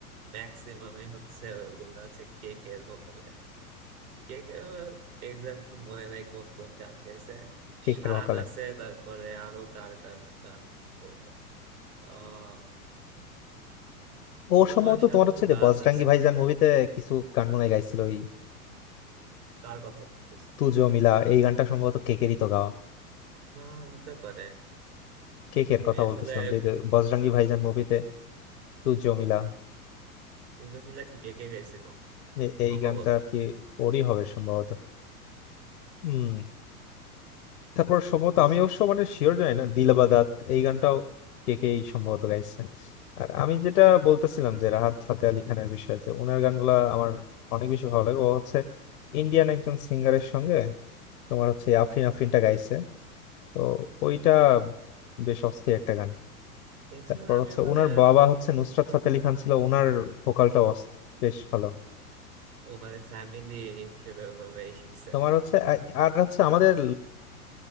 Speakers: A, on the right (about 70°); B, on the left (about 70°).
A: ম্যাক্সিমামই হচ্ছে ওগুলো হচ্ছে কে কে এর ভোকালে কেকে আমার এক্সাক্ট তো মনে নাই কোন কোন গান গাইছে
B: কেকের
A: শান
B: ভোকালে
A: আছে তারপরে আরো কার কার গান বলবো আহ
B: ও
A: হুমা
B: সম্ভবত
A: শানুর
B: তোমার হচ্ছে যে
A: গান
B: বজরঙ্গি
A: আছে
B: ভাইজান মুভিতে কিছু গান মনে হয় গাইছিল ওই
A: কার কথা বলতেছি
B: তুজো মিলা এই গানটা সম্ভবত কেকেরই তো গাওয়া
A: আহ, হতে পারে
B: কেকের
A: আমি
B: কথা
A: আসলে
B: বলতেছিলাম যে যে বজরঙ্গি ভাইজান মুভিতে তু জমিলা
A: দুজন মিলা কি কে কে গাইছিল
B: এ-
A: সম্ভবত
B: এই গানটা আর কি ওরই হবে সম্ভবত হম তারপর সম্ভবত আমি অবশ্য মানে শিওর জানি না দিলবাদাত এই গানটাও কে কেই সম্ভবত গাইছে আর আমি যেটা বলতেছিলাম যে রাহাত ফাতে আলি খানের বিষয়ে যে ওনার গানগুলা আমার অনেক বেশি ভালো লাগে ও হচ্ছে ইন্ডিয়ান একজন সিঙ্গারের সঙ্গে তোমার হচ্ছে এই আফরিন আফরিনটা গাইছে তো ওইটা বেশ অস্থির একটা গান
A: এছাড়া
B: তারপর
A: আমি
B: হচ্ছে
A: মানে
B: ওনার বাবা হচ্ছে নুসরাত ফাতে আলি খান ছিল ওনার ভোকালটা বেশ ভালো
A: ও মানে ফ্যামিলি হিসেবে ভাবে শিখছে
B: তোমার হচ্ছে আ- আর হচ্ছে আমাদের